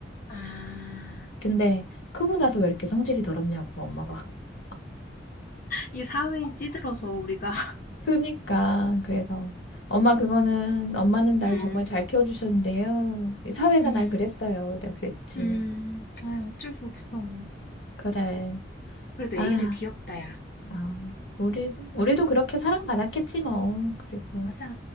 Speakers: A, on the left (about 50°); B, on the left (about 85°).
A: 아,
B: 근데 크고 나서 왜 이렇게 성질이 더럽냐고 엄마가. <laughs>
A: 이게 사회에 찌들어서 우리가,
B: 그니까 그래서 엄마 그거는 엄마는 날
A: <laughs> 음,
B: 정말 잘 키워주셨는데요. 이 사회가
A: 음,
B: 날 그랬어요. 내가 그랬지.
A: 음. 아, 어쩔 수 없어.
B: 그래.
A: 그래도
B: 아,
A: 애기들 귀엽다, 야.
B: 아, 우리 우리도 그렇게 사랑받았겠지 뭐. 그리고
A: 맞아.